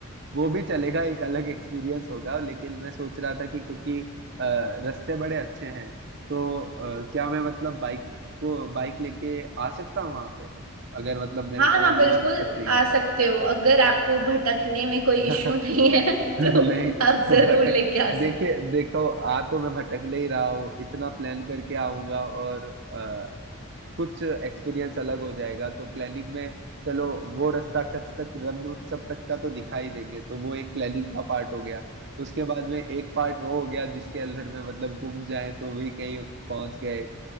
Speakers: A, on the right; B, on the right.
A: वो भी चलेगा एक अलग एक्सपीरियंस होगा लेकिन मैं सोच रहा था कि क्योंकि अ, रास्ते बड़े अच्छे हैं तो अ, क्या मैं मतलब बाइक को बाइक लेके आ सकता हूँ वहां पे अगर मतलब मेरे
B: हाँ
A: को
B: हाँ
A: वो
B: बिल्कुल
A: दिक्कत नहीं
B: आ
A: हो तो
B: सकते हो अगर आपको भटकने में कोई
A: <laughs>
B: इश्यू नहीं है <laughs>
A: <laughs> नहीं
B: तो आप जरूर
A: भटक
B: लेके आ सकते
A: देखिए देखो आ तो मैं भटक ले ही रहा हूँ इतना प्लान करके आऊंगा और अ, कुछ एक्सपीरियंस अलग हो जाएगा तो प्लानिंग में चलो वो रास्ता कच्छ तक रन उत्सव तक का तो दिखा ही देंगे तो वो एक प्लानिंग का पार्ट हो गया उसके बाद में एक पार्ट वो हो गया जिसके अंदर में मतलब घूम जाए तो भी कहीं पहुंच गए